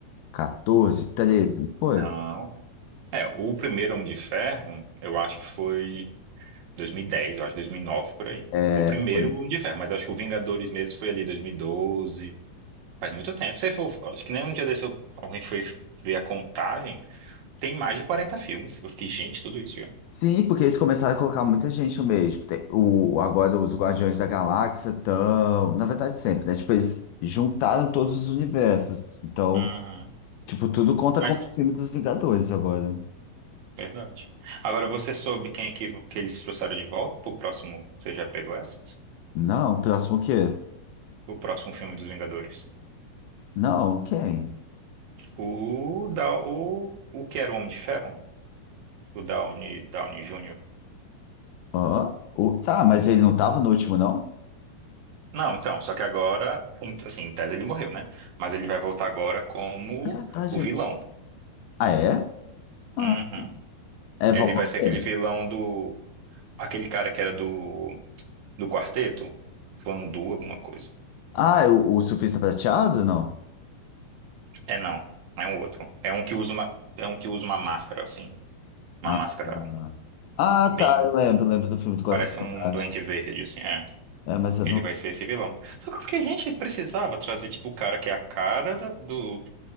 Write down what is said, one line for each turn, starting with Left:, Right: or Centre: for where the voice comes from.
Left: 14, 13 foi.
Right: Não. É, o primeiro Homem de Ferro, eu acho que foi 2010, eu acho, 2009 por aí.
Left: É,
Right: O primeiro
Left: foi.
Right: Homem de Ferro, mas acho que o Vingadores mesmo foi ali 2012. Faz muito tempo. Se for, acho que nem um dia desse eu- alguém foi ver a contagem. Tem mais de 40 filmes. Eu fiquei, gente, tudo isso já.
Left: Sim, porque eles começaram a colocar muita gente no meio. Tipo, tem- o, agora os Guardiões da Galáxia estão. Na verdade, sempre, né? Tipo, eles juntaram todos os universos. Então,
Right: Uhum.
Left: tipo, tudo conta
Right: Mas,
Left: como o filme dos Vingadores agora.
Right: verdade. Agora, você soube quem é que, que eles trouxeram de volta pro próximo? Você já pegou essa?
Left: Não, próximo o quê?
Right: O próximo filme dos Vingadores.
Left: Não, quem?
Right: O, da, o, o que era o Homem de Ferro? O Downey, Downey Jr.
Left: Hã? O, tá, mas ele não tava no último, não?
Right: Não, então, só que agora, em- assim, em tese ele morreu, né? Mas ele vai voltar agora como
Left: É verdade.
Right: o vilão.
Left: Ah, é? Ah,
Right: Uhum.
Left: é Val
Right: Ele vai ser
Left: Kilmer.
Right: aquele vilão do. Aquele cara que era do, do quarteto? Vandu, alguma coisa.
Left: Ah, é o, o Surfista Prateado? Não.
Right: É não, é um outro. É um que usa uma, é um que usa uma máscara, assim. Uma
Left: Ah,
Right: máscara
Left: ah, ah. Ah,
Right: bem.
Left: tá, eu lembro, lembro do filme do Quatro
Right: Parece
Left: Fantásticos.
Right: um doente verde, assim. É.
Left: É, mas eu
Right: Ele
Left: não.
Right: vai ser esse vilão. Só que eu fiquei, gente, precisava trazer, tipo, o cara que é a cara da- do,